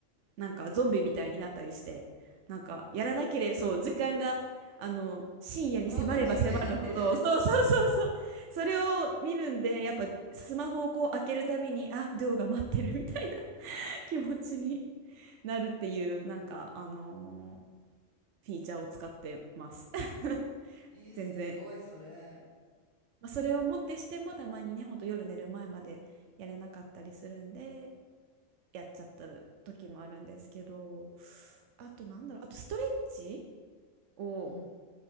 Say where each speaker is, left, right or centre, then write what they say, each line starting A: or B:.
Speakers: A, on the right (about 65°); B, on the right (about 85°).
A: なんかゾンビみたいになったりして、なんか、やらなければ、そう、時間が、あの、深夜に迫れば迫るほど、
B: たまごっちみたいになってる
A: そうそうそうそう、それを見るんで、やっぱ、スマホをこう開けるたびに、あ、亮が待ってるみたいな気持ちに。なるっていう、なんか、あのーフィーチャーを使ってます。<laughs>
B: <laughs> えー、すごい、
A: 全然。
B: それ。
A: まあ、それをもってしても、たまにね、ほんと夜寝る前までやれなかったりするんで、やっちゃった時もあるんですけど、あとなんだろう、あとストレッチを
B: うん。